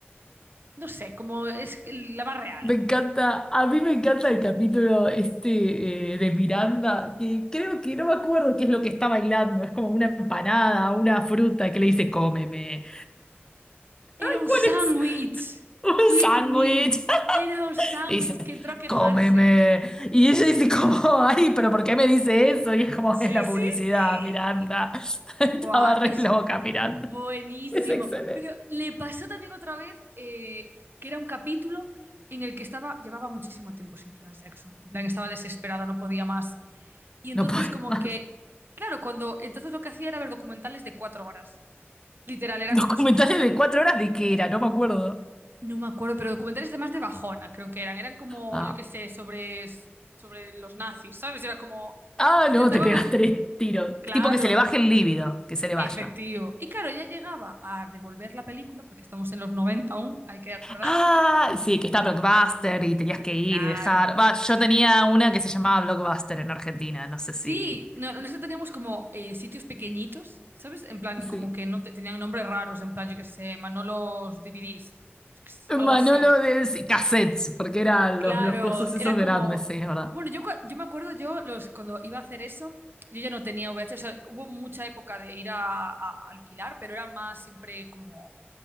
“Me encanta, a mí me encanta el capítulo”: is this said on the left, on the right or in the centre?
Left